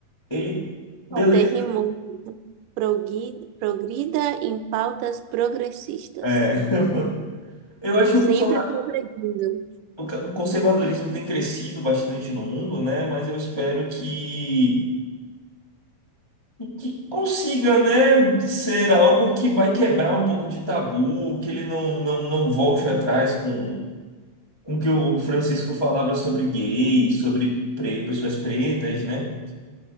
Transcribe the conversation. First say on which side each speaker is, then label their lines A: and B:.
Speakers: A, on the left (about 35°); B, on the right (about 80°).
A: ele. Beleza.
B: Até rimou. Progri- Progrida em pautas progressistas.
A: É. Eu acho que
B: Sempre
A: o conserva-
B: progredindo.
A: o ca- o conservadorismo tem crescido bastante no mundo, né? Mas eu espero que e que consiga, né, ser algo que vai quebrar um pouco de tabu, que ele não, não, não volte atrás com, com o que o Francisco falava sobre gays, sobre pre- pessoas pretas, né?